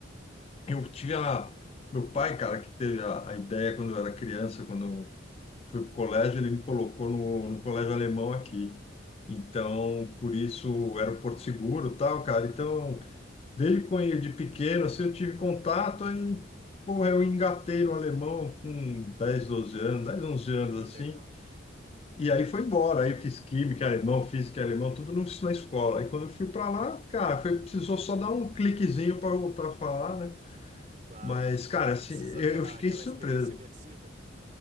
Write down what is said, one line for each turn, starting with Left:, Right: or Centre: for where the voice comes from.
Left: eu tive a... Meu pai, cara, que teve a, a ideia quando eu era criança, quando fui para o colégio, ele me colocou no, no colégio alemão aqui. Então, por isso era o Porto Seguro, tal, cara. Então, desde quando de pequeno assim, eu tive contato aí, porra, eu engatei no alemão com 10, 12 anos, dez, onze anos
Right: Que
Left: assim.
Right: legal.
Left: E aí foi embora, aí fiz química alemão, física alemão, tudo no, na escola. Aí quando eu fui para lá, cara, foi, precisou só dar um cliquezinho para voltar a falar, né?
Right: Claro.
Left: Mas, cara, assim,
Right: Precisou
Left: eu,
Right: aquela,
Left: eu fiquei
Right: aquela
Left: surpreso.
Right: experiência imersiva.